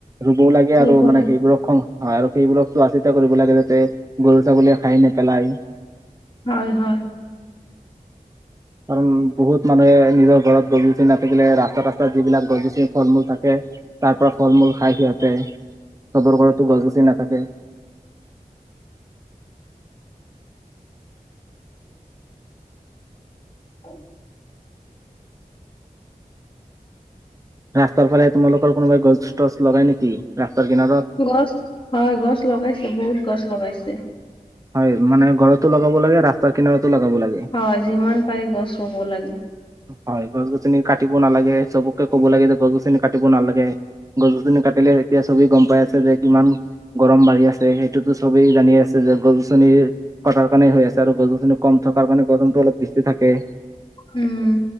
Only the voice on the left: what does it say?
ৰুব
লাগে
হয় হয়
অ
গছ হয় গছ লগাইছে বহুত গছ লগাইছে
হয় যিমান পাৰি গছ ৰুব লাগে
উম